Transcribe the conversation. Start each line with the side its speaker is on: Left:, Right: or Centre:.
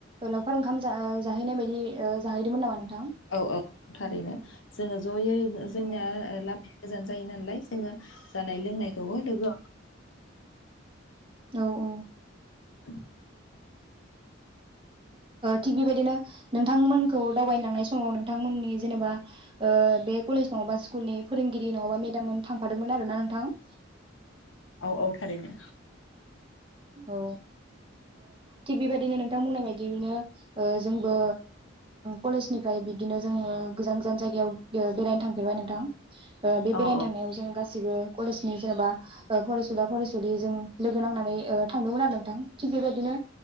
Right: लावखार ओंखाम जाहैनाय बायदि ओ जाहैदोंमोन नामा नोंथां?
Left: औ औ थारैनो जोङो ज'यै
Right: औ
Left: जोंनिया लामा गोजान जायो नालाय जोङो जानाय लोंनायखौबो लोगो <inaudible>
Right: औ औ
Left: <inaudible>
Right: थिग बेबायदिनो नोंथांमोनखौ दावबायनो लांनाय समाव नोंथांमोननि जेनेबा बे कलेज नङाबा स्कुनि फोरोंगिरि नङाबा <inaudible> थांफादोंमोन आरो ना नोंथां
Left: औ औ थारैनो
Right: औ थिग बेबायदिनो नोंथां बुंनाय बायदिनो जोंबो कलेजनिफ्राय बिदिनो जोङो गोजान गोजान जायगायाव बेरायनो थांफेरबाय नोंथां बे बेरायनो
Left: औ
Right: थांनायाव जोङो गाासैबो कलेजनि जेनेबा फरायसुला फरायसुलि लिजों लोगो नांनानै <unintelligible> आरो नोंथां थिग बेबायदिनो